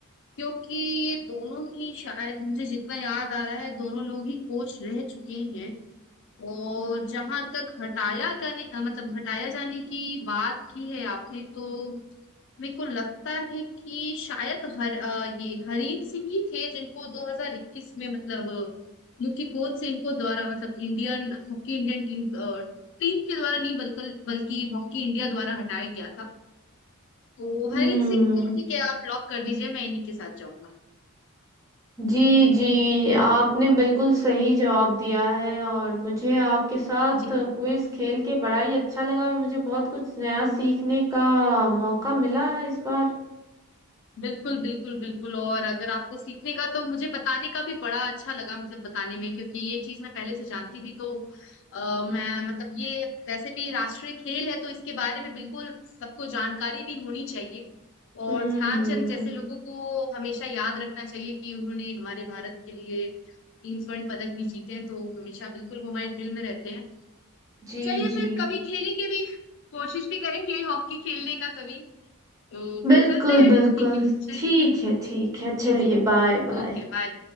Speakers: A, on the left; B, on the right.
A: क्योंकि ये दोनों ही शायद मुझे जितना याद आ रहा है दोनों लोग ही कोच रह चुके हैं और जहां तक हटाया करने अ, मतलब हटाया जाने की बात की है आपने तो मेरे को लगता है कि शायद हर अ, ये हरीन सिंह ही थे जिनको 2021 में मतलब अ, मुख्य कोच से इनको द्वारा मतलब Indian hockey Indian team team के द्वारा नहीं बल्कि बल्कि हॉकी इंडिया द्वारा हटाया गया था तो
B: हम्म
A: हरीन सिंह को ठीक है आप लॉक कर दीजिए मैं इन्हीं के साथ जाऊंगा
B: जी जी आपने बिल्कुल सही जवाब दिया है और मुझे आपके साथ
A: जी
B: क्विज
A: जी जी
B: खेल के बड़ा ही अच्छा लगा और मुझे बहुत कुछ नया सीखने का मौका मिला है इस बार
A: बिल्कुल बिल्कुल बिल्कुल और अगर आपको सीखने का तो मुझे बताने का भी बड़ा अच्छा लगा मतलब बताने में क्योंकि ये चीज मैं पहले से जानती थी तो आ, मैं मतलब ये वैसे भी राष्ट्रीय खेल है तो इसके बारे में बिल्कुल सबको जानकारी भी होनी चाहिए और
B: हम्म
A: ध्यानचंद जैसे लोगों को हमेशा याद रखना चाहिए कि उन्होंने हमारे भारत के लिए तीन स्वर्ण पदक भी जीते हैं तो हमेशा बिल्कुल वो हमारे दिल में रहते हैं
B: जी
A: चलिए
B: जी
A: फिर कभी खेलेंगे भी कोशिश भी करेंगे हॉकी खेलने का कभी तो फिर
B: बिल्कुल
A: मिलते हैं
B: बिल्कुल
A: ठीक है चलो
B: ठीक है ठीक है
A: जी
B: चलिए
A: जी
B: बाय बाय
A: Okay bye